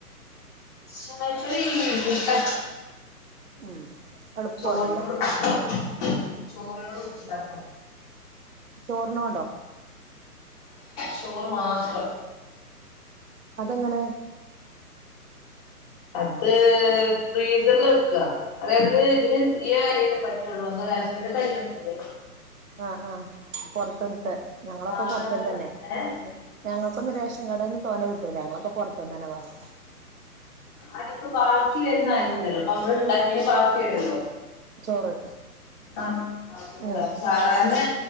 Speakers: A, on the left; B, on the right.
A: ചായക്കടി പുട്ടാ
B: ഉം എളുപ്പമാണല്ലോ
A: ചോറിനോട് പുട്ട്ണ്ടാക്കാ ചോറിനോട് പുട്ട്ണ്ടാക്കും.
B: ചോർനോ
A: ചോറ് മാത്രം
B: അതെങ്ങനെ
A: അത് ഫ്രീസറില് വെക്കാ അതായത് ഇതിന് ഈ അര്യൊക്കെ പറ്റൊള്ളൂ നമ്മളെ റേഷൻ പീട്യെത്തരി പറ്റൂല്ലേ
B: ആഹ് ആഹ് പൊർത്ത്ന്ന്തെ ഞങ്ങളൊക്കെ
A: സാധാരണ
B: പൊർത്ത്ന്നന്നെ
A: ഏ
B: ഞങ്ങക്കൊന്നും റേഷൻ കടേന്ന് തോനെ കിട്ടൂല്ല ഞങ്ങളൊക്ക പോർത്ത്ന്നന്നെ വാങ്ങ
A: അയ്ക്ക് ബാക്കി വര്ന്ന അരിണ്ടല്ലോ പ്പമ്മളിണ്ടാക്ക്യേന് ബാക്കി വെരോല്ലോ
B: ചോറ്
A: ആഹ് ബാക്കി കൊണ്ട
B: ഉം
A: സാധാരണേ